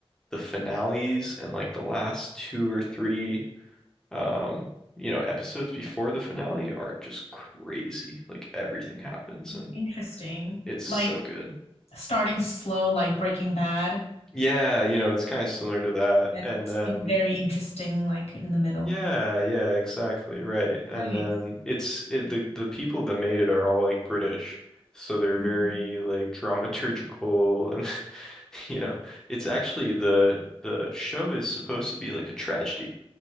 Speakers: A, in the centre; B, on the left.
A: the finales and like the last two or three um, you know, episodes before the finale are just crazy. Like everything happens and
B: Interesting.
A: it's so
B: Like
A: good.
B: starting slow, like Breaking Bad.
A: Yeah, you know, it's kind of similar to that.
B: That's
A: And then
B: very interesting, like in the middle.
A: yeah, yeah, exactly, right. And
B: Nice.
A: then it's it, the the people that made it are all like British. So they're
B: Mhm.
A: very like dramaturgical and <laughs> you know, it's actually the the show is supposed to be like a tragedy.